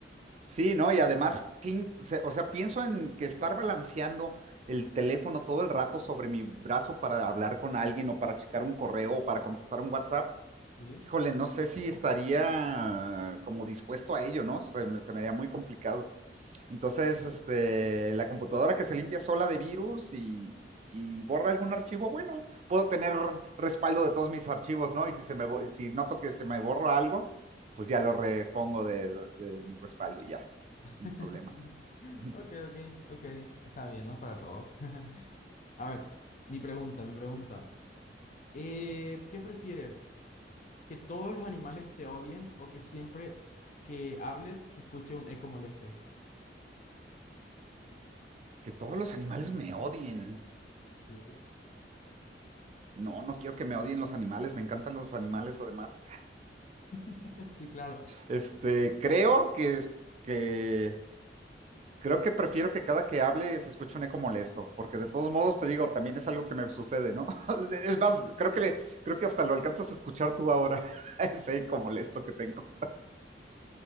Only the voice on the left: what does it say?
Sí.
<laughs>
Ok, ok, ok. Está bien, no es para todos. <laughs> A ver, mi pregunta, mi pregunta. Eh, ¿qué prefieres? ¿Que todos los animales te odien o que siempre que hables se escuche un eco molesto?
Sí.
<laughs> Sí, claro.